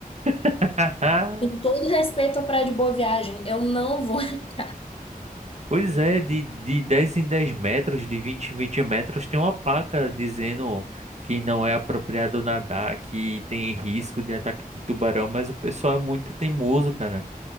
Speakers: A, on the right; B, on the left.
A: <laughs>
B: Com todo respeito à Praia de Boa Viagem, eu não vou. <laughs>
A: Pois é, de, de 10 em 10 metros, de 20 em 20 metros, tem uma placa dizendo que não é apropriado nadar, que tem risco de ataque de tubarão, mas o pessoal é muito teimoso, cara.